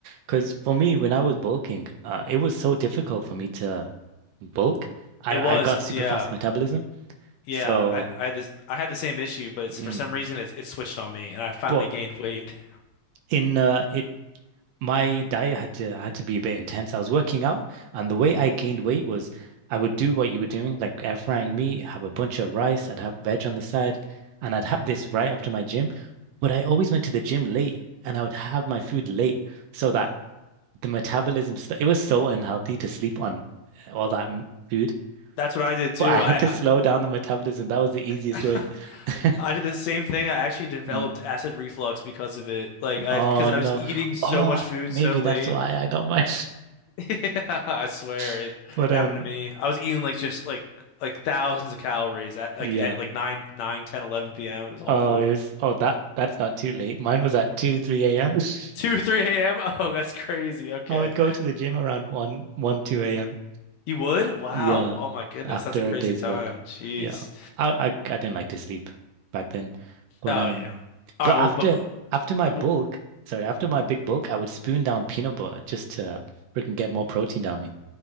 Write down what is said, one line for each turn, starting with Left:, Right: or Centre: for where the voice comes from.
Right: because for me, when I was bulking, uh, it was so difficult for me to bulk. I,
Left: It was,
Right: I got super
Left: yeah,
Right: fast metabolism,
Left: yeah.
Right: so
Left: I, I had this, I had the same issue, but it's
Right: mm,
Left: for some reason it, it switched on me, and I finally
Right: but
Left: gained weight. <laughs>
Right: in uh, it my diet had to had to be a bit intense. I was working out, and the way I gained weight was I would do what you were doing, like air frying meat, have a bunch of rice, I'd have veg on the side, and I'd have this right after my gym. But I always went to the gym late, and I would have my food late so that the metabolism stuff, it was so unhealthy to sleep on all that m- food,
Left: That's what I did too.
Right: but I had
Left: I,
Right: to
Left: I
Right: slow down the metabolism. That was the easiest
Left: <laughs>
Right: way. <laughs>
Left: I did the same thing. I actually developed
Right: Mm.
Left: acid reflux because of it. Like I,
Right: Oh
Left: because I
Right: no.
Left: was eating so
Right: Oh,
Left: much food
Right: maybe
Left: so late.
Right: that's why I got mine.
Left: <laughs> Yeah, I swear
Right: <laughs>
Left: it,
Right: But
Left: it
Right: um,
Left: happened to me. I was eating like just like like thousands of calories at like
Right: yeah.
Left: at like 9 nine ten eleven p.m. It was awful.
Right: Oh, it was, oh that that's not too late. Mine was at 2, 3 a.m. <laughs>
Left: 2 3 a.m. <laughs> Oh, that's crazy. Okay.
Right: I would go to the gym around one, one, 2 a.m.
Left: You would? Wow.
Right: Yeah,
Left: Oh my goodness.
Right: after
Left: That's a crazy
Right: a day's
Left: time.
Right: work.
Left: Jeez.
Right: Yeah. I, I I didn't like to sleep back then. But
Left: Oh
Right: um
Left: yeah. All
Right: but
Left: right, well
Right: after
Left: but,
Right: after my
Left: but-
Right: bulk, sorry, after my big bulk, I would spoon down peanut butter just to freaking get more protein down me.